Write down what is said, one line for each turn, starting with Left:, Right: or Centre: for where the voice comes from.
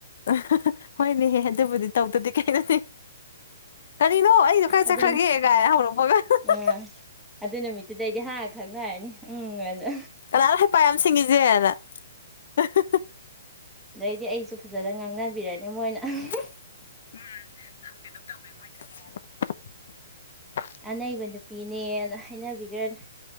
Left: <unintelligible> ꯍꯣꯏꯅꯦꯍꯦ ꯑꯗꯨꯕꯨꯗꯤ ꯇꯧꯗꯗꯤ ꯀꯩꯅꯣꯅꯦ ꯀꯔꯤꯅꯣ ꯑꯩꯗꯣ ꯀꯥꯏ
Centre: ꯑꯗꯨ
Left: ꯆꯠꯈ꯭ꯔꯒꯦ ꯒꯥꯏ ꯍꯧꯔꯛꯄꯒ <unintelligible>
Centre: ꯑꯥ ꯑꯗꯨ ꯅꯨꯃꯤꯠꯇꯨꯗꯩꯗꯤ ꯍꯥ ꯈꯪꯅꯔꯅꯤ ꯎꯝ ꯑ ꯅ
Left: ꯀꯅꯥꯅꯣ ꯍꯩꯄꯥ ꯌꯥꯝ ꯁꯤꯡꯉꯤꯖꯦꯅ <unintelligible>
Centre: ꯑꯗꯩꯗꯤ ꯑꯩꯁꯨ ꯐꯖꯅ ꯉꯥꯡꯅꯕꯤꯔꯅꯤ ꯃꯣꯏꯅ <unintelligible>
Left: ꯎꯝ <unintelligible> ꯀꯩꯃꯣꯝ ꯇꯧꯋꯦ <unintelligible>
Centre: ꯑꯅꯩꯕ ꯅꯨꯄꯤꯅꯦꯅ ꯍꯥꯏꯅꯕꯤꯒ꯭ꯔꯅꯤ